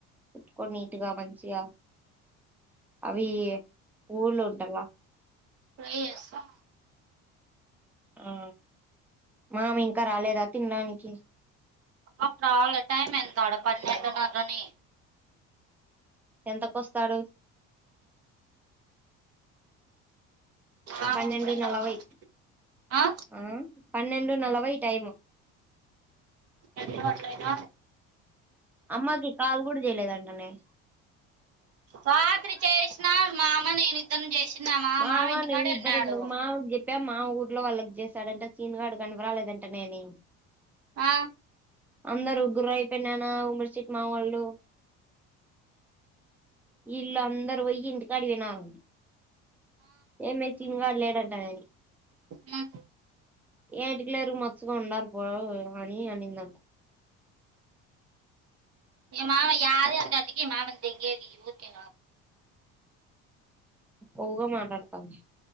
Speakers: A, in the centre; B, on the right (about 50°).
A: కుట్టుకోని నీట్గా మంచిగా అవి ఊళ్ళ ఉంటలా
B: ట్రై చేస్తా
A: ఆ మామి ఇంకా రాలేదా తినడానికి
B: అ రాల టైమ్ ఎంత ఆడ పన్నెండున్నరని
A: ఎంతకొస్త తాడు
B: ఆమె
A: పన్నెండు
B: అప్పుడే
A: నలభై
B: రాదు ఆ
A: అ పన్నెండు నలబై టైము
B: ఎట్ల గట్లయిన
A: అమ్మకి కాలు కూడా చేయలేదంటనే
B: రాత్రి చేసిన మా అమ్ నేను ఇద్దరం చేసిన మా
A: మావ
B: మామ ఇంటికాడే
A: నువ్వు ఇద్దరు
B: ఉన్నాడు
A: ఎందుకు మావకు చెప్పా మామాకు ఇంట్లో వాళ్ళకి చేసాడంటే సీనుగాడు గనపరాలేదంట నేమీ
B: ఆ
A: అందరు ముగ్గురా అయిపోయినానా ఉమ్మరి చీట్ మా వాళ్ళు ఇల్ అందరు పోయి ఇంటి కాడ తినాలి ఏమె శీనుగాడు లేడంటనే
B: హు
A: ఏంటికి లేరు మచ్చుగా ఉండాల పో అని అనిందంట
B: ఏ మామన్ యారు అంటంటికి మామన్ తెంగేది ఊతి
A: ఒవగా మాట్లాడతను